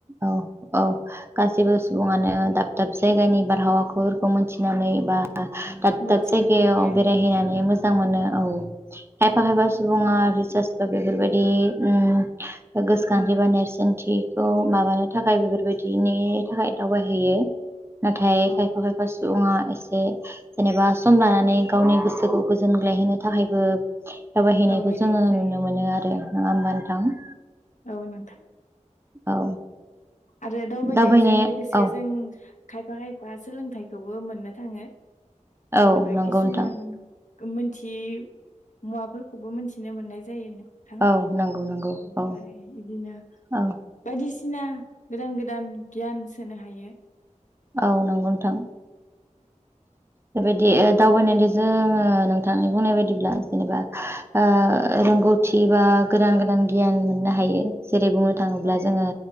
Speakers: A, on the right (about 20°); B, on the left (about 75°).
A: औ औ गासैबो सुबुङानो दाब दाब जायगानि बारहावाफोरखौ मोनथिनानै बा दाब
B: मिथिनो
A: दाब जायगायाव
B: लुबैयो
A: बेरायहैनानै मोजां
B: औ
A: मोनो औ खायफा खायफा सुबुङा रिसार्स बा बेफोरबायदि उ गोसोखांथि
B: उम
A: बा नेरसोनथिखौ माबानो थाखाय बेफोरबायदिनि थाखाय दावबायहैयो । नाथाय
B: औ
A: खायफा
B: नोंथां
A: खायफा सुबुङा ए ऐसे जेनेबा सम लानानै गावनि गोसोखौ गोजोनग्लाय होनोनो थाखायबो दावबायहैनायखौ
B: दावबायनाय
A: जोङो
B: जायो
A: नुनो मोनो
B: औ नोंथां
A: आरो नङा होनबा नोंथां ।
B: औ नोंथां
A: औ
B: आरो दावबायनायजों
A: दावबायनाया
B: लोगोसे
A: औ
B: जों खायफा खायफा सोलोंथाइखौबो मोननो थाङो
A: औ
B: जेनेबा
A: नंगौ
B: किसुमान
A: नोंथां
B: मोनथियै मुवाफोरखौबो मोनथिनो मोननाय जायो। थां
A: औ नंगौ नंगौ
B: ओमफ्राय
A: औ
B: बिदिनो
A: औ
B: बायदिसिना गोदान गोदान गियान सोनो हायो
A: औ नंगौ नोंथां बेबायदि ओ दावबायनायनि जोङो नोंथांनि बुंनाय बायदिब्ला जेनेबा ओ रोंगौथि बा गोदान गोदान गियान मोननो हायो । जेरै बुंनो थाङोब्ला
B: औ
A: जोङो